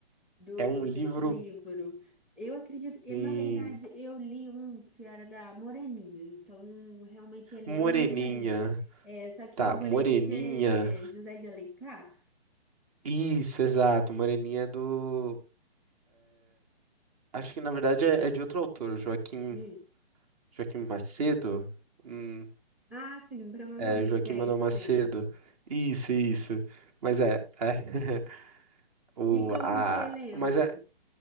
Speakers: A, in the centre; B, on the right.
A: do
B: é um
A: desse
B: livro
A: livro. Eu acredito, e
B: em
A: na verdade eu li um que era da Moreninha, então realmente Helena
B: Moreninha,
A: eu nunca li. É, só que
B: tá?
A: o Moreninha
B: Moreninha.
A: é José de Alencar.
B: Isso, exato. Moreninha é do, acho que na verdade é, é de outro autor, Joaquim,
A: Hum.
B: Joaquim Macedo. Hum,
A: Ah, sim, provavelmente
B: é, Joaquim
A: é
B: Manuel
A: isso
B: Macedo.
A: mesmo.
B: Isso, isso. Mas é, é. <laughs> O,
A: E como
B: a,
A: que é, Helena?
B: mas é,